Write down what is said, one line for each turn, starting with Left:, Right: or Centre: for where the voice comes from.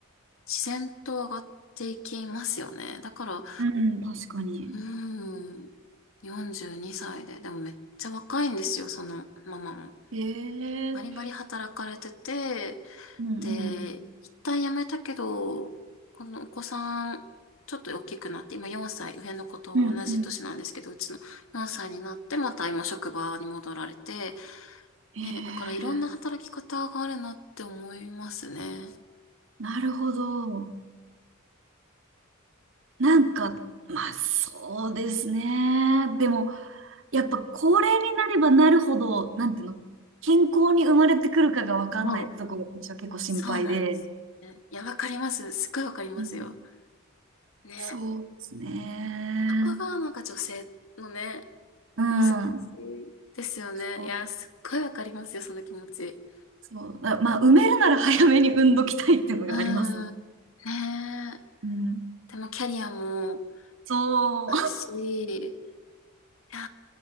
Left: 自然と上がっていきますよね。だから、
Right: うん。うん、確かに。
Left: うん。42歳で。でもめっちゃ若いんですよ、そのママも。
Right: ええ
Left: バリバリ働かれてて、
Right: うんうん。
Left: で、一旦辞めたけど、このお子さん、ちょっと大きくなって、今4歳、上の子と同じ年なんですけど、
Right: うんうん。
Left: うちの4歳になって、また今職場に戻られて、
Right: ええ
Left: ね、だからいろんな働き方があるなって思いますね。
Right: なるほど。なんか、まあそうですね。でも、やっぱ高齢になればなるほど、なんていうの、健康に生まれてくるかがわかんないってとこが私は結構心配で。
Left: もう、そうなんです。ねいや、わかります。すっごいわかりますよ。
Right: うん、
Left: ね。
Right: そうですね。
Left: そこがなんか女性のね、
Right: うん。
Left: 難しいですよね。
Right: そう、
Left: いや、すっごいわかりますよ、その気持ち。
Right: そう。だまあ、埋めるなら早めに産んどきたいっていうのがありますね。
Left: うん。ねえ。
Right: うん
Left: でもキャリアも
Right: そう。
Left: あるし、いや